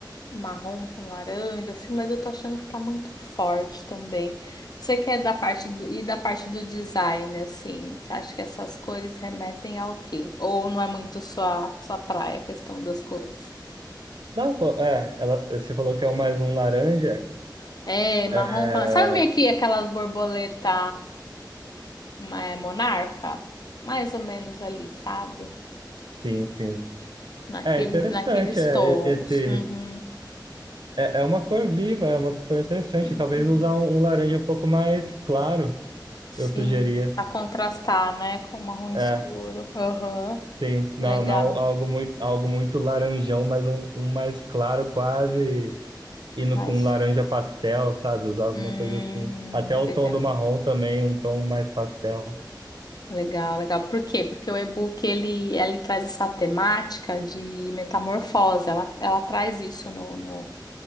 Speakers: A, on the left; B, on the right.
A: marrom, com laranja, assim, mas eu tô achando que tá muito forte também. Você quer da parte do, e da parte do design, assim, você acha que essas cores remetem ao quê? Ou não é muito sua, sua praia, a questão das cores?
B: Não, pô, é, ela, você falou que é o mais um laranja.
A: É, marrom.
B: É,
A: com- Sabe meio que aquelas borboleta é, monarca? Mais ou menos ali, sabe?
B: sim, sim.
A: Naquele,
B: É interessante,
A: naqueles
B: é,
A: tons.
B: e- esse.
A: Uhum.
B: É, é uma cor viva, é uma cor interessante.
A: Uhum.
B: Talvez usar um, um laranja um pouco mais claro,
A: Sim,
B: eu sugeria.
A: para contrastar, né, com o marrom escuro.
B: É,
A: Aham.
B: Sim, não,
A: Legal.
B: não, algo muito, algo muito laranjão, mas um, um mais claro, quase indo
A: Mas
B: para um laranja pastel, sabe? Usar alguma
A: hum,
B: coisa assim. Até
A: legal.
B: o tom do marrom também, um tom mais pastel.
A: Legal, legal. Por quê? Porque o e-book ele, ele traz essa temática de metamorfose. Ela, ela traz isso no no-